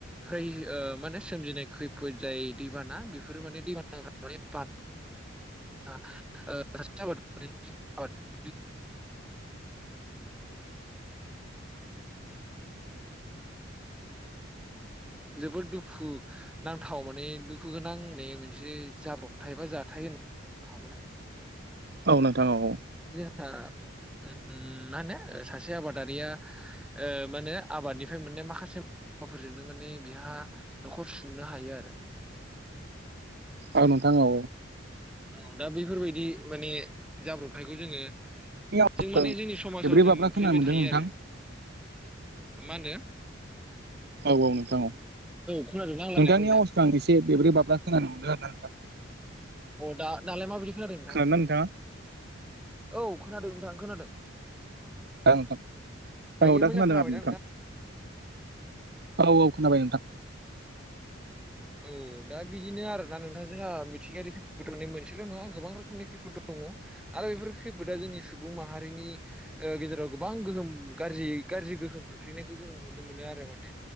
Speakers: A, in the centre; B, on the right.
A: खै ओ मा होनो सोमजिनाय खैफोद जाय दैबाना बेफोरो माने दैबाना <unintelligible> <unintelligible> <unintelligible> <unintelligible> <inaudible> जोबोद दुखुनांथाव माने दुखुगोनां बे मोनसे जाब्रबथाय बा जाथाय होनना बुंनो हागोन आरो।
B: औ नोंथां औ औ।
A: दा उम मा होनो सासे आबादारिया मा होनो आबादनिफ्राय मोननाय माखासे <unintelligible> माने बेहा न'खर सुंनो हायो आरो।
B: औ नोंथां औ।
A: औ दा बेैफोरबायदि माने जाब्रबथायखौ जोङो
B: औ
A: जों माने जोंनि समाजाव
B: बेब्रै
A: जों
B: बाब्रा
A: नुफ्लेबाय
B: खोनानो मोनदों
A: थायो
B: नोंथां
A: आरो। मा होनदो?
B: औ औ नोंथां औ
A: खोनादोंना आं रायलायनायखौ
B: नोंथांनि
A: नोंथां
B: आवाजखौ आं एसे बेब्रै बाब्रा खोनानो मोनदों आरोना नोंथां।
A: आं दा दालाय माबायदि खोनादों नोंथां?
B: खोनादोंना नोंथाङा
A: औ खोनादों नोंथां खोनादों।
B: औ नोंथां
A: दायो
B: औ दा
A: मोजां
B: खोनादों
A: खोनाबायना
B: आरो नोंथां। औ औ खोनाबाय नोंथां।
A: औ दा बिदिनो आरो ना नोंथां जोंहा मिथिंगायारि खैफोदा मोनसेल' नङा गोबां रोखोमनि खैफद दङ। आरो बेफोर खैफोदा जोंनि सुबुं माहारिनि ओ गेजेराव गोबां गोहोम गाज्रि गाज्रि गोहोम खोख्लैनायखौ जों नुनो मोनो आरो माने